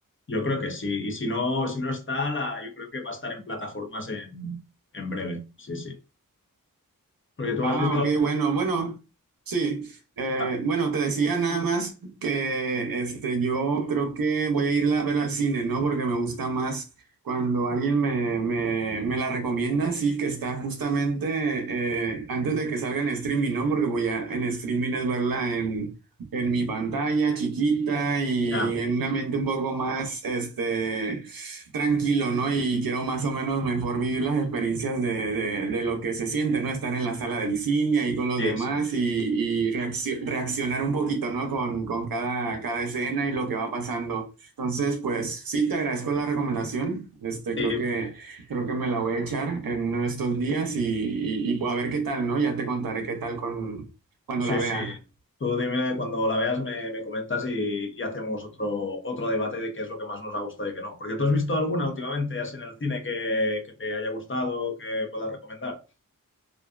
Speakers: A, on the left; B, on the right.
A: Yo creo que sí. Y si no, si no está, la, yo creo que va a estar en plataformas en, en breve. Sí, sí. Porque tú
B: Ah,
A: has visto.
B: ok, bueno, bueno, sí. Eh,
A: Ah,
B: bueno, te decía nada más que este, yo creo que voy a irla a ver al cine, ¿no? Porque me gusta más cuando alguien me, me, me la recomienda, sí, que está justamente eh, antes de que salga en streaming, ¿no? Porque voy a en streaming es verla en mi pantalla chiquita y
A: ya,
B: en una mente un poco más este, tranquilo, ¿no? Y quiero más o menos mejor vivir las experiencias de, de- de lo que se siente, ¿no? Estar en la sala del cine ahí con los
A: sí,
B: demás
A: sí.
B: y, y reaccio- reaccionar un poquito, ¿no? Con, con cada, cada escena y lo que va pasando. Entonces, pues sí, te agradezco la recomendación. Este,
A: Sí,
B: creo que, creo que me la voy a echar en uno de estos días y, y, y, pues, a ver qué tal, ¿no? Ya te contaré qué tal con, cuando
A: sí,
B: la vea.
A: sí. Tú dime cuando la veas, me, me comentas y, y hacemos otro, otro debate de qué es lo que más nos ha gustado y qué no. Porque tú has visto alguna últimamente, así en el cine, que, que te haya gustado, que puedas recomendar.